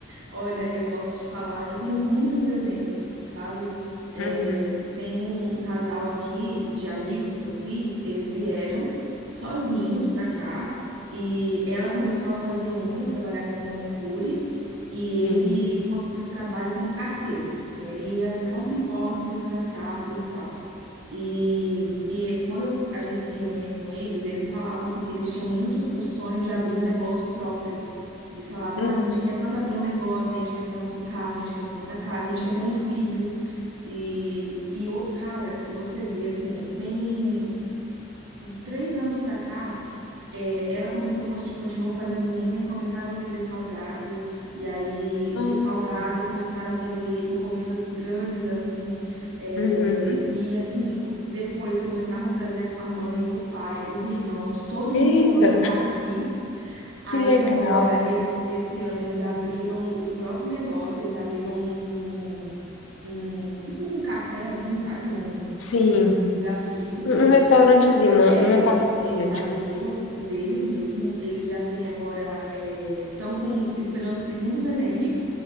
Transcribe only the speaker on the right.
Olha, eu posso te falar, eu tenho muitos exemplos, sabe? É,
tem um, um casal aqui de amigos que eu fiz, eles vieram sozinhos pra cá e ela começou a fazer unha, trabalhar como manicure e ele
conseguiu um trabalho como carteiro. Então ele ia de
porta em porta entregando as cartas e tal. E, e quando eu- a gente se reunia com eles, eles falavam assim que eles tinham muito o sonho de abrir um negócio próprio. Eles falavam,
ah, a gente quer tanto abrir um negócio, a gente quer ter nosso carro, a gente quer ter nossa casa, a gente quer ter um filho. E, e o- cara, se você vê assim, tem de três anos pra cá, é, ela começou, conti- continuou fazendo unha, e começaram a vender salgado, e aí
do salgado começaram a vender encomendas grandes assim, é,
e assim, depois começaram a trazer a a mãe, o pai, os irmãos, todo
mundo agora tá aqui. Aí
agora, eles, esse ano, eles abriram o próprio negócio, eles abriram um, um, tipo um café assim, sabe? Um
lugar físico.
É,
isso, eles abriram
o deles mesmo, eles já têm agora, estão com, esperando o segundo neném,